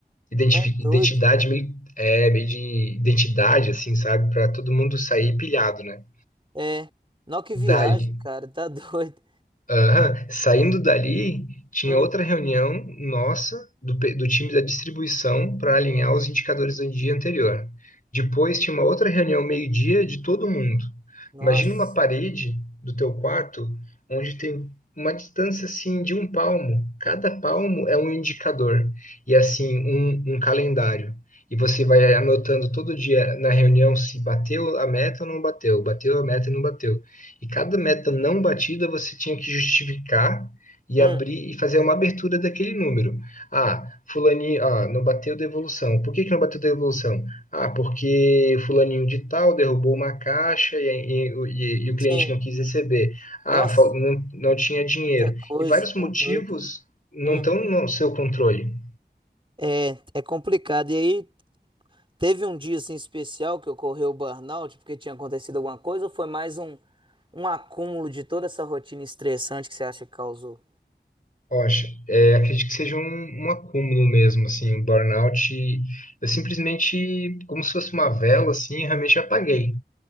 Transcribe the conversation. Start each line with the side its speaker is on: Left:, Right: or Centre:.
Left: identifi-
Right: tá
Left: identidade
Right: doido.
Left: meio é, meio de identidade, assim, sabe? Para todo mundo sair pilhado, né?
Right: É. Não que viagem,
Left: Dali,
Right: cara, tá <laughs> doido.
Left: Aham. Saindo dali, tinha
Right: Hum,
Left: outra reunião nossa, do, pe- do time da distribuição, para alinhar os indicadores do dia anterior. Depois tinha uma outra reunião meio-dia de todo mundo.
Right: nossa.
Left: Imagina uma parede do teu quarto onde tem uma distância assim de um palmo. Cada palmo é um indicador e assim um, um calendário. E você vai anotando todo dia na reunião se bateu a meta ou não bateu, bateu a meta e não bateu. E cada meta não batida você tinha que justificar e
Right: Hum,
Left: abrir e fazer uma abertura daquele número. Ah, fulaninho, ah, não bateu devolução. Por que que não bateu devolução? Ah, porque fulaninho de tal derrubou uma caixa e, e- e- e o
Right: sim.
Left: cliente não quis receber. Ah,
Right: Nossa,
Left: fal- não, não tinha dinheiro.
Right: muita coisa,
Left: E vários
Right: tá
Left: motivos
Right: doido.
Left: não
Right: Hum,
Left: estão no seu controle.
Right: é, é complicado. E aí, Teve um dia assim especial que ocorreu o burnout porque tinha acontecido alguma coisa ou foi mais um, um acúmulo de toda essa rotina estressante que você acha que causou?
Left: Poxa, é, acredito que seja um, um acúmulo mesmo, assim, um burnout. e Eu simplesmente, como se fosse uma vela, assim, realmente apaguei.